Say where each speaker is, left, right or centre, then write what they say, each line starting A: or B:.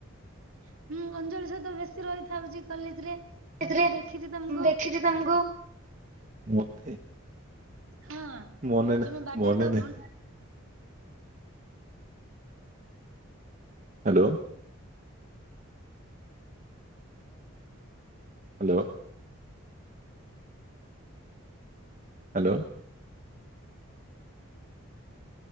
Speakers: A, on the right; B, on the right.
A: ହୁଁ ଅଞ୍ଜଳି ସହିତ ବେଶୀ ରହିଥାଉ ଯିଏ କଲେଜରେ ମୁଁ
B: ସେଥିରେ
A: ଦେଖିଛି ତମକୁ
B: ମୁଁ ଦେଖିଛି ତମକୁ ମତେ
A: ହଁ।
B: ମନେ
A: ତମେ
B: ନା
A: ବାର୍ଥଡେରେ
B: ମନେ
A: ତାକୁ
B: ନାହଁ।
A: ଘ
B: ହ୍ୟାଲୋ। ହ୍ୟାଲୋ। ହ୍ୟାଲୋ।